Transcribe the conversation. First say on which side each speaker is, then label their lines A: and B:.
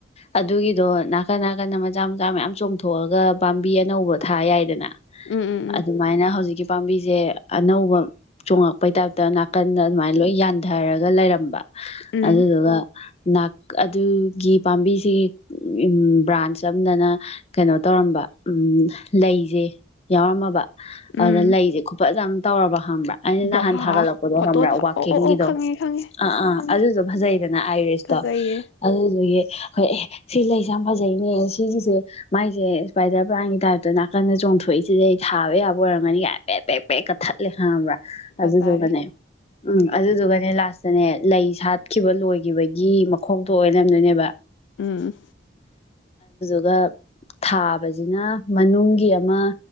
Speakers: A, on the left (about 35°); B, on the left (about 70°).
A: ꯑꯗꯨꯒꯤꯗꯣ ꯅꯥꯀꯟ ꯅꯥꯀꯟꯗ ꯃꯆꯥ ꯃꯆꯥ ꯃꯌꯥꯝ ꯆꯣꯡꯊꯣꯛꯑꯒ ꯄꯥꯝꯕꯤ ꯑꯅꯧꯕ ꯊꯥ ꯌꯥꯏꯗꯅ
B: ꯎꯝ ꯎꯝ ꯎꯝ
A: ꯑꯗꯨꯃꯥꯏꯅ ꯍꯧꯖꯤꯛꯀꯤ ꯄꯥꯝꯕꯤꯁꯦ ꯑꯅꯧꯕ ꯆꯣꯉꯛꯄꯩ ꯇꯥꯏꯞꯇ ꯅꯥꯀꯟꯗ ꯑꯗꯨꯃꯥꯏꯅ ꯂꯣꯏ ꯌꯥꯟꯊꯔꯒ ꯂꯩꯔ <unintelligible> <unintelligible>
B: ꯎꯝ
A: ꯑꯗꯨꯗꯨꯒ <unintelligible> ꯑꯗꯨꯒꯤ ꯄꯥꯝꯕꯤꯁꯤꯒꯤ ꯕ꯭ꯔꯥꯟꯁ ꯑꯝꯗꯅ ꯀꯩꯅꯣ ꯇꯧꯔꯝꯕ ꯂꯩꯖꯦ ꯌꯥꯎꯔꯝꯃꯕ
B: ꯎꯝ
A: ꯑꯗꯨꯗ ꯂꯩꯁꯦ ꯈꯨꯐꯠꯖ ꯑꯃ ꯇꯧꯔꯕ ꯈꯪꯕ꯭ꯔꯥ ꯑꯩꯅ
B: ꯕꯥ
A: ꯅꯍꯥꯟ ꯊꯥꯒꯠꯂꯛꯄꯣ
B: ꯐꯣꯇꯣ
A: ꯈꯪꯕ꯭ꯔ
B: ꯊꯥ
A: ꯀꯥꯛꯀꯤꯡꯒꯤꯗꯣ
B: ꯑꯣ ꯑꯣ ꯑꯣ ꯈꯪꯉꯦ ꯈꯪꯉꯦ
A: ꯑꯥ ꯑꯥ
B: ꯈꯪꯉꯦ
A: ꯑꯗꯨꯁꯨ ꯐꯖꯩꯗꯅ ꯑꯥꯏꯔꯤꯁꯇꯣ
B: ꯐꯖꯩꯌꯦ
A: ꯑꯗꯨꯗꯒꯤ ꯑꯩꯈꯣꯏ ꯑꯦ ꯁꯤ ꯂꯩꯁꯦ ꯌꯥꯝ ꯐꯖꯩꯅꯦ ꯁꯤꯒꯤꯁꯦ ꯃꯥꯏꯁꯦ ꯏꯁꯄꯥꯏꯗꯔ ꯄ꯭ꯂꯥꯟꯒꯤ ꯇꯥꯏꯞꯇ ꯅꯥꯀꯟꯗ ꯆꯣꯡꯊꯣꯛꯏꯁꯤꯗꯤ ꯑꯩ ꯊꯥꯕ ꯌꯥꯕ ꯑꯣꯏꯔꯝꯒꯅꯤꯒ ꯄꯦꯛ ꯄꯦꯛ ꯄꯦꯛꯀ ꯊꯠꯂꯦ ꯈꯪꯕ꯭ꯔꯥ
B: ꯐꯖꯔꯦ
A: ꯑꯖꯤꯁꯨꯒꯅꯦ ꯑꯗꯨꯗꯨꯒꯅꯦ ꯂꯥꯁꯇꯅꯦ ꯂꯩ ꯁꯥꯠꯈꯤꯕ ꯂꯣꯏꯈꯤꯕꯒꯤ ꯃꯈꯣꯛꯇꯣ ꯑꯣꯏꯔꯝꯗꯣꯏꯅꯦꯕ
B: ꯎꯝ
A: ꯑꯗꯨꯒ ꯊꯥꯕꯁꯤꯅ ꯃꯅꯨꯡꯒꯤ ꯑꯃ